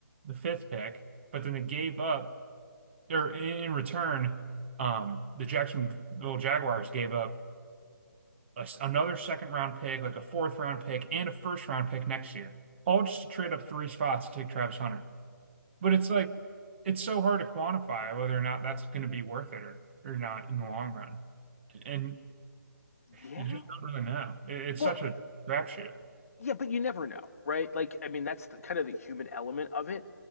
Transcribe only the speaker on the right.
the fifth pick, but then they gave up, or in return, um, the Jacksonville Jaguars gave up a, another second round pick, like a fourth round pick, and a first round pick next year, all just to trade up three spots to take Travis Hunter. But it's like, it's so hard to quantify whether or not that's going to be worth it or, or not in the long run. And
you just don't really know. It, it's
such a crapshoot.